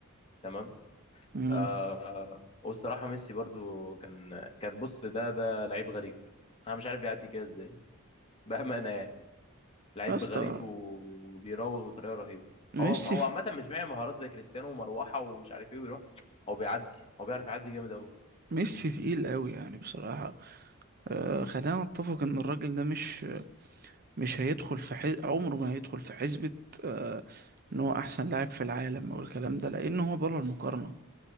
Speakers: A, on the left; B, on the right.
A: تمام
B: مم.
A: آه آه، والصراحة ميسي برضو كان كان بص ده ده لعيب غريب انا مش عارف بيعدي كده ازاي <laughs> بأمانة يعني لعيب
B: يا اسطى
A: غريب و- وبيراوغ بطريقة رهيبة
B: ميسي
A: هو هو
B: في...
A: عامة مش معي مهارات زي كريستيانو ومروحة ومش عارف ايه ويروح هو بيعدي هو بيعرف يعدي جامد قوي
B: ميسي تقيل قوي يعني بصراحة آه خلينا نتفق إن الراجل ده مش مش هيدخل في حز... عمره ما هيدخل في حسبة آه ان هو احسن لاعب في العالم او الكلام ده لان هو بره المقارنة